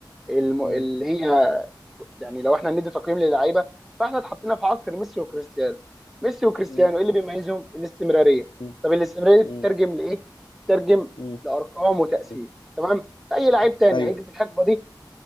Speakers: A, in the centre; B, on the left.
A: الم...
B: مم.
A: اللي هي يعني لو احنا ندي تقييم للعيبه فاحنا اتحطينا في عصر ميسي وكريستيانو ميسي وكريستيانو
B: مم.
A: ايه اللي بيميزهم الاستمراريه
B: مم.
A: طب الاستمراريه دي
B: مم.
A: بتترجم لايه بتترجم
B: مم.
A: لارقام وتاثير
B: مم.
A: تمام اي
B: مم.
A: لعيب تاني
B: ايوه
A: هيجي في الحقبه دي